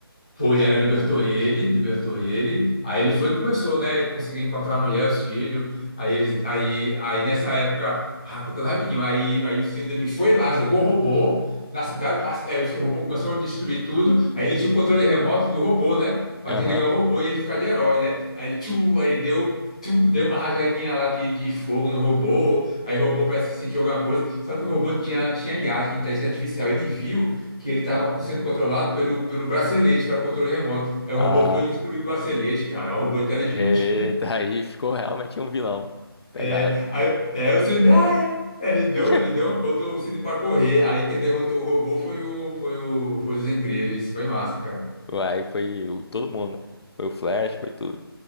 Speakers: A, on the left; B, on the left.
A: Foi, ela libertou ele, libertou ele. Aí ele foi e começou, né? Conseguiu encontrar a mulher, os filhos. Aí eles, aí, aí nessa época, ah, contando rapidinho, aí, aí o Síndrome foi lá, jogou robô na cidade. a- Aí o robô começou a destruir tudo. Aí ele tinha o controle remoto do robô, né? para
B: Aham.
A: desligar o robô e ele ficar de herói, né? Aí ele, tchu, aí ele deu, tchu, deu uma rajadinha lá de, de fogo no robô. Aí o robô parece que sentiu alguma coisa. Só que o robô tinha, tinha IA, tinha inteligência artificial. Ele viu que ele estava sendo controlado pelo, pelo bracelete, que era o controle remoto. Aí o
B: Ah.
A: robô foi destruir o bracelete, cara, é um robô inteligente.
B: Eita, aí ficou realmente um vilão. Pegado.
A: É, aí, é, o Cine, ah, é. Ele deu,
B: <laughs>
A: ele deu, botou o Cine para correr. Aí quem derrotou o robô foi o, foi o, foi os Incríveis. Foi massa, cara.
B: Aí foi o- todo mundo, né? Foi o Flash, foi tudo.